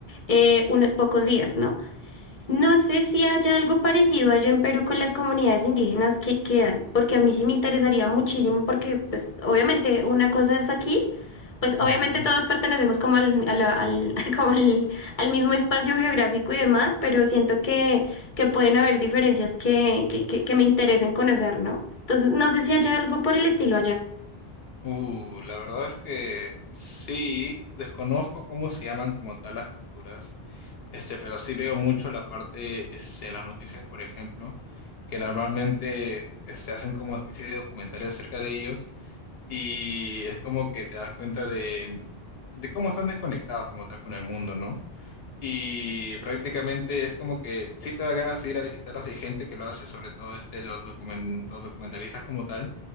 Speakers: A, on the left; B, on the left.
A: eh, unos pocos días, ¿no? No sé si haya algo parecido allá en Perú con las comunidades indígenas que quedan, porque a mí sí me interesaría muchísimo, porque pues obviamente una cosa es aquí, pues obviamente
B: Ujú.
A: todos pertenecemos como al, a la- al, <laughs> como al, al mismo espacio geográfico y demás, pero siento que, que pueden haber diferencias que, que, que, que me interesen conocer, ¿no? Entonces, no sé si haya algo por el estilo allá.
B: Uh, la verdad es que sí, desconozco cómo se llaman como tal las culturas. Este, pero sí veo mucho la parte es, en las noticias, por ejemplo, que normalmente este, hacen como especie de documentales acerca de ellos y es como que te das cuenta de, de cómo están desconectados como tal con el mundo, ¿no? Y prácticamente es como que sí te da ganas de ir a visitarlos y hay gente que lo hace, sobre todo este, los, documen- los documentalistas como tal